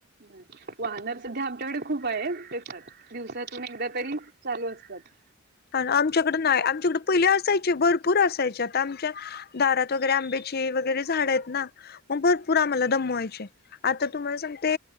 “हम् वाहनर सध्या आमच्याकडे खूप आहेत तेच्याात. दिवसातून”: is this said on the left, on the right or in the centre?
Right